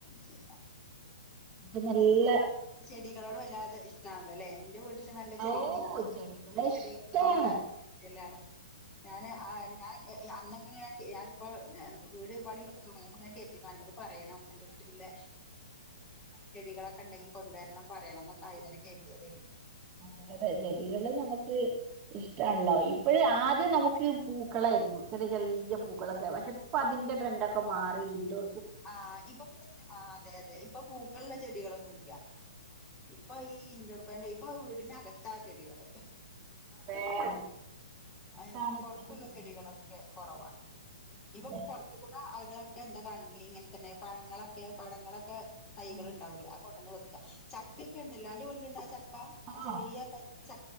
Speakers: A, on the left; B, on the right.
A: ശരിയാ
B: ന്നിട്ട് നല്ല
A: നിനക്ക് ചെടികളോട് വല്ലാതെ ഇഷ്ടാണല്ലോ ലേ എന്റെ വീട്ടില് നല്ല ചെടിക
B: ഓ
A: നീ
B: ചെടികളെ
A: ചെടികൾ
B: ഇഷ്ടാണ്
A: <unintelligible> ഞാൻ ആ ഞാൻ ഏ അന്ന് <unintelligible> ഞാ ഇപ്പൊ വീട് ഏ പണി തുടങ്ങിയപ്പോ ഞാൻ കര്തിയിരുന്നു അന്നോട് പറയണം അന്റെ വീട്ടിലില്ലേ ചെടികളൊക്കെ ഉണ്ടെങ്കി കൊണ്ടുവരണം പറയണം എന്നൊക്കെ ആയതിന് കെര്തിയത്.
B: അതെ അതെ ചെടികള് നമുക്ക് ഇഷ്ടാണല്ലോ ഈ അപ്പൊഴ് ആദ്യം നമുക്ക് പൂക്കളായിരുന്നു ചെറിയ ചെറിയ പൂക്കളൊക്കെ പക്ഷേ ഇപ്പോൾ അതിൻ്റെ ട്രെൻഡൊക്കെ മാറി ഇന്റോ
A: ആ ഇപ്പൊ പിന്നെ ആ അതെ അതെ ഇപ്പൊ പൂക്കളുള്ള ചെടികളൊന്നും ഇല്ല. ഇപ്പൊ ഈ ഇൻഡോർ പ്ലാന്റ് ഇപ്പൊ വീടിനകത്താ ചെടികള്.
B: അതെ അതെ
A: ആ
B: താണ്
A: ഇപ്പൊ പുറത്തുള്ള
B: ഇപ്പത്തെ ചെടികള്
A: ചെടികളൊക്കെ കുറവാ ഇപ്പൊ
B: അതെ
A: പുറത്ത്കൂട അവരുടെ ഒക്കെ എന്താ കാണ്ന്നേ ഇങ്ങൻതന്നെ പഴങ്ങളൊക്കെ പഴങ്ങളൊക്കെ തൈകൾ
B: ആഹ്
A: ഉണ്ടാവൂലെ അ കൊടന്ന് വെ ക്ക. ചക്കഒക്കെ ഇണ്ടല്ലോ അന്റെ വീട്ടിലുണ്ടാ ചക്ക? ആ
B: ആഹ്
A: ചെറിയ തൈ ച